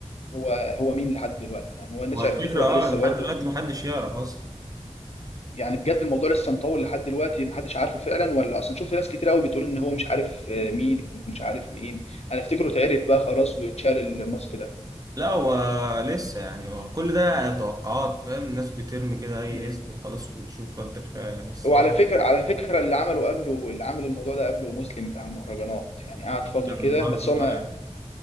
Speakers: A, on the left; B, on the right.
A: هو هو مين لحد دلوقتي يعني هو الناس
B: هو الفكره
A: عرفته ولا
B: اه
A: لسه
B: لحد
A: برضه
B: دلوقتي محدش يعرف اصلا
A: يعني بجد الموضوع لسه مطول لحد دلوقتي محدش عارفه فعلا ولا اصلا شفت ناس كتير قوي بتقول ان هو مش عارف آه، مين ومش عارف مين انا افتكره اتعرف بقى خلاص واتشال الماسك ده
B: لا هو لسه يعني هو كل ده توقعات فاهم الناس بترمي كده اي
A: مم.
B: اسم وخلاص وتشوف رد الفعل بس
A: وعلى
B: هو هو
A: فكرة على فكرة اللي عمله قبله اللي عمل الموضوع ده قبله مسلم بتاع المهرجانات يعني قعد فترة
B: كان
A: كده
B: برضه
A: بس هو ما
B: طالع كده